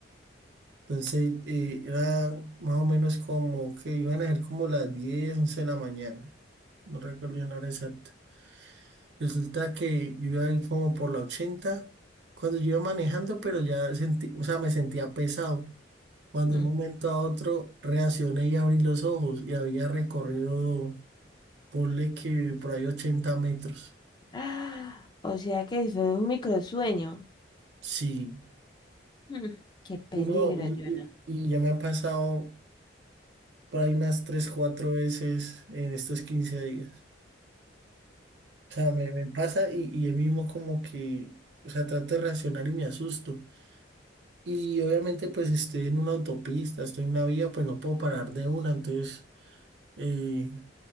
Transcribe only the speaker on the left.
mm.
Ah, <gasps> o sea que fue un microsueño.
Hmm, qué peligro,
Jonah.